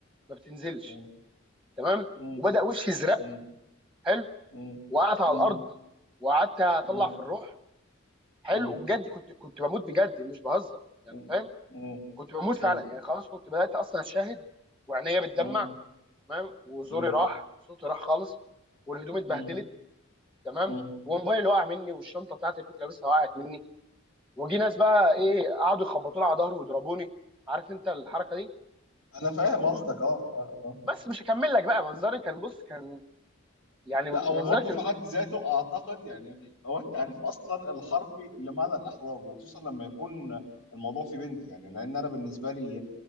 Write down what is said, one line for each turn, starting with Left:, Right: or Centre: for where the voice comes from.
Centre: ما بتنزلش
Left: مم.
Centre: تمام
Left: مم.
Centre: وبدا وشي يزرق
Left: مم.
Centre: حلو
Left: مم.
Centre: وقعت على
Left: مم.
Centre: الارض وقعدت اطلع
Left: مم.
Centre: في الروح حلو
Left: مم.
Centre: وبجد كنت كنت بموت بجد مش بهزر يعني
Left: مم.
Centre: فاهم
Left: مم.
Centre: كنت بموت
Left: مم.
Centre: فعلا يعني خلاص كنت بدات اصلا اشاهد وعينيا بتدمع
Left: مم.
Centre: تمام وزوري
Left: مم.
Centre: راح وصوتي راح خالص والهدوم اتبهدلت
Left: مم.
Centre: تمام
Left: مم.
Centre: وموبايلي وقع مني والشنطه بتاعتي اللي كنت لابسها وقعت مني وجي ناس بقى ايه قعدوا يخبطوا لي على ظهري ويضربوني عارف انت الحركه دي
Left: انا فاهم
Centre: وب-
Left: قصدك اه اه آه.
Centre: بس مش هكمل لك بقى منظري كان بص كان يعني
Left: لا هو
Centre: منظري
Left: موقف
Centre: كان
Left: في حد ذاته اعتقد يعني هو التعريف اصلا الحرفي لمعنى الاحراج وخصوصا لما يكون الموضوع في بنت يعني لان انا بالنسبه لي ال-